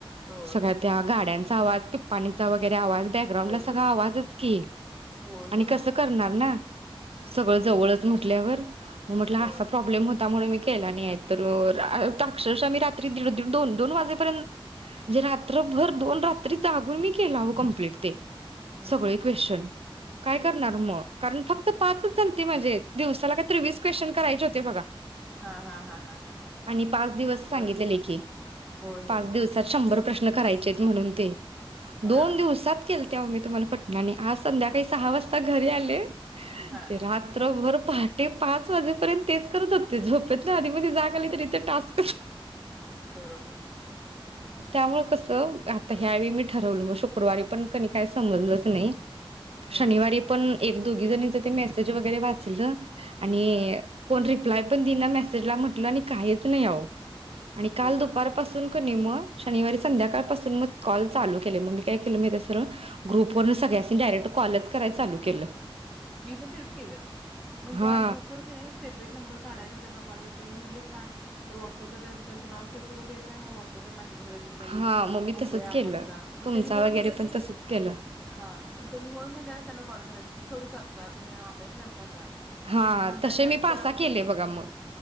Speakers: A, in the centre; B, on the right (about 85°).
A: होय.
B: सगळ्या त्या गाड्यांच आवाज पिपणी चा वगैरे आवाज बॅकग्राऊंड
A: होय,
B: ला
A: होय.
B: सगळा आवाज च की
A: होय,
B: आणि
A: होय,
B: कसं
A: होय.
B: करणार ना सगळं
A: नाहीतर
B: जवळ
A: काय.
B: म्हटल्या वर मग
A: होय.
B: असा प्रॉब्लेम होता म्हणून मी के केला नाही तर अक्षरशः रात्री दीड दीड दोन दोन वाजेपर्यंत म्हणजे रात्रभर दोन रात्री जागून मी केला वन ओ कंप्लीट ते
A: नाहीतर
B: सगळे
A: काय.
B: क्वेश्चन काय
A: होय,
B: करणार
A: होय.
B: मग कारण फक्त पाचच झालते माझे दिवसाला काय तर वीस क्वेश्चन करायचे होते बघा
A: हां, हां, हां, हां, हां.
B: आणि पाच दिवस सांगितलेले
A: बरोबर आहे.
B: की
A: होय, होय,
B: पाच दिवसात
A: होय.
B: शंभर प्रश्न <unintelligible> करायचेत म्हणून ते
A: हां.
B: दोन दिवसात केलत <unintelligible> तुम्हाला पण आणि आज संध्याकाळी सहा वाजता घरी आले
A: हां.
B: ते रात्रभर पहाटे पाच वाजेपर्यंत तेच करत होते झोपेतन आधी मधी जागा आली ते टास्कच
A: बरोबर
B: त्यामुळे कसं आता ह्यावेळी मी ठरवलं मग शुक शुक्रवारी पण कनी काय समजलंच नाही
A: हं.
B: शनिवारी पण एक दोघी जणीच ते मेसेज वगैरे वाचलं आणि
A: हम्म
B: कोण रिप्लाय पण <unintelligible> मेसेजला म्हटलं आणि काहीच नाही आवो आणि काल
A: होय
B: दुपारपासून आणि मग शनिवारी संध्याकाळ पाासून मग कॉल चालू केले मग मी काय केलं माहीतय सरळ ग्रुप वरन सगळ्यांनी डायरेक्ट कॉलच कराय चालू केलं
A: मी पण तेच केलं म्हणजे
B: हा
A: ज्या ग्रुपवर कणी सेपरेट नंबर काढायचा त्यांना कॉल त्यांनी म्हंटलेच हा तर व्हॉट्सॲप ला त्यांच नाव सेवा करुन घ्यायच मग व्हाॅट्सअप ला मेसे मेसेज करायचा की ताई
B: हा मग मी
A: मोकळया
B: तसच
A: आहात
B: केलं
A: मग
B: तुमचा
A: त्यांनी होय
B: वगैरे
A: बोले
B: पण
A: तर मग
B: तसच केलं.
A: हा त्यांना कॉल करायच करू का आत आता तुम्ही ऑनलाईन राहता का
B: हा
A: मग ते ऑनलाईन
B: तसे
A: आहेत
B: मी पाच
A: करा
B: सहा
A: म्हटलं
B: केले
A: तर
B: बघा मग